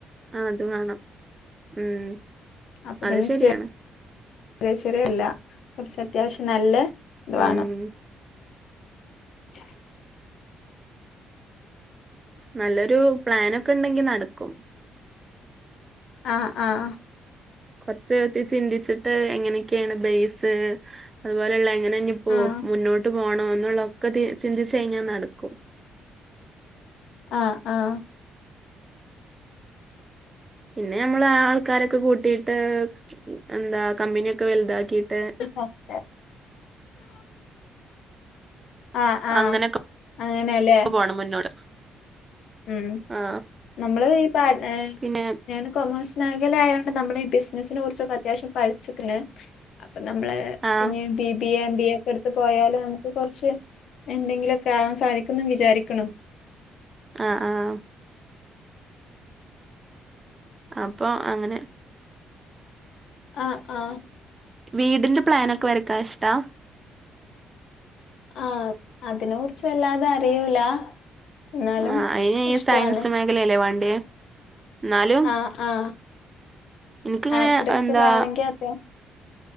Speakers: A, on the right; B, on the left.
A: ആഹ് അത് വേണം ഉം.
B: അപ്പം
A: അത്
B: പിന്നെ
A: ശരിയാണ്
B: ചെ ചെറിയ ചെറിയല്ല കുറച്ച് അത്യാവശ്യം നല്ല ഇത്
A: ഉം
B: വേണം. ചെറിയ
A: നല്ലൊരു പ്ലാൻ ഒക്കെ ഉണ്ടെങ്കിൽ നടക്കും.
B: ആഹ് ആഹ്
A: കുറച്ച് ഇരുത്തി ചിന്തിച്ചിട്ട് എങ്ങനെയൊക്കെയാണ് ബേസാ. അതുപോലെയുള്ള എങ്ങനെ ഇനി പോ
B: ആഹ്
A: മുന്നോട്ട് പോണോന്നുള്ള ഒക്കെ ചിന്തിച്ചു കഴിഞ്ഞാൽ നടക്കും.
B: ആഹ് ആഹ്
A: പിന്നെ നമ്മള് ആഹ് ആൾക്കാരൊക്കെ കൂട്ടിയിട്ട് എന്താ കമ്പനിയൊക്കെ വലുതാക്കിട്ട്.
B: തന്നെ ആഹ് ആഹ്
A: അങ്ങനെയൊക്കെ
B: അങ്ങനെല്ലേ.
A: പോണം മുന്നോട്ട്.
B: ഉം
A: ആ
B: നമ്മള് ഈ പാർട്ണർ
A: പിന്നെ
B: ഞാനും കോമേഴ്‌സ്. മേഖല ആയേണ്ടേ നമ്മള് ഈ ബിസിനസ്സിനെ കുറിച്ചൊക്കെ അത്യാവശ്യം പഠിച്ചുക്കേണ്, അപ്പൊ നമ്മള്.
A: ആ
B: ഇനി B B A, M B A. എടുത്ത് പോയാല് നമുക്ക് കൊറച്ച് എന്തെങ്കിലുമൊക്കെ ആവാൻ സാധിക്കുന്നു വിചാരിക്കേണ്.
A: ആഹ് ആഹ് അപ്പൊ അങ്ങനെ
B: ആഹ് ആഹ്
A: വീടിന്റെ പ്ലാൻ ഒക്കെ വരയ്ക്കാൻ ഇഷ്ടവാ.
B: ആഹ് അതിനെ കുറിച്ച് വല്ലാതെ അറിയൂല. എന്നാലും
A: ആഹ് അയിന് ഈ
B: ഇഷ്ടാണ്
A: സയൻസ് മേഖലയല്ലേ വേണ്ടേയ്, എന്നാലും.
B: ആഹ് ആഹ്
A: എനിക്കിങ്ങനെ
B: ആർക്കിടെക്റ്റർ
A: എന്താ
B: ആവണമെങ്കിൽ അത്.